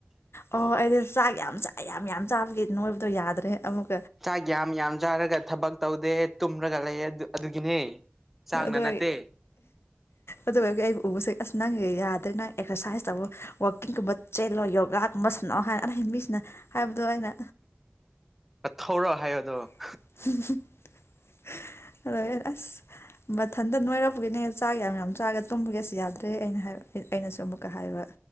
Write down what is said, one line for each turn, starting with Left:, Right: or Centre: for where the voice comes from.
Left: ꯑꯣ ꯑꯩꯗꯤ ꯆꯥꯛ ꯌꯥꯝ ꯆꯥꯛ ꯌꯥꯝ ꯌꯥꯝ ꯆꯥꯕꯒꯤ ꯅꯣꯏꯕꯗꯣ ꯌꯥꯗ꯭ꯔꯦ ꯑꯃꯨꯛ꯫
Centre: ꯆꯥꯛ ꯌꯥꯝ ꯌꯥꯝ ꯆꯥꯔꯒ ꯊꯕꯛ꯫ ꯇꯧꯗꯦ ꯇꯨꯝꯔꯒ ꯂꯩꯌꯦ ꯑꯗꯨ ꯑꯗꯨꯒꯤꯅꯦ꯫ ꯆꯥꯛꯅ
Left: ꯑꯗꯨ
Centre: ꯅꯠꯇꯦ
Left: ꯑꯩ ꯑꯗꯨꯑꫭꯏꯒ ꯑꯩꯕꯨ ꯎꯕꯁꯦ ꯑꯁ ꯅꯪ ꯌꯥꯗ꯭ꯔꯦ ꯅꯪ ꯑꯦꯛꯁꫪꯁꯥꯏꯖ ꯇꯧꯋꯣ꯫ ꯋꯥꯛꯀꯤꯡꯒꯨꯝꯕ ꯆꯦꯜꯂꯣ ꯌꯣꯒꯥꯒꯨꯝꯕ ꯁꯥꯟꯅꯑꯣ ꯍꯥꯏ ꯑꯅ ꯃꯤꯁꯤꯅ ꯍꯥꯏꯕꯗꯣ ꯑꯩꯅ꯫
Centre: ꯍꯧꯔꯣ ꯍꯥꯏꯌꯣꯗꯣ꯫
Left: <unintelligible> <unintelligible> ꯑꯁ ꯃꯊꯟꯇ ꯅꯣꯏꯔꯄꯒꯤꯅꯦ ꯆꯥꯛ ꯌꯥꯝ ꯌꯥꯝ ꯆꯥꯒ ꯇꯨꯝꯕꯒꯤ ꯑꯁ ꯌꯥꯗ꯭ꯔꯦ ꯑꯩꯅ ꯍꯥꯏ ꯑꯩꯅꯁꯨ ꯑꯃꯨꯛꯀ ꯍꯥꯏꯕ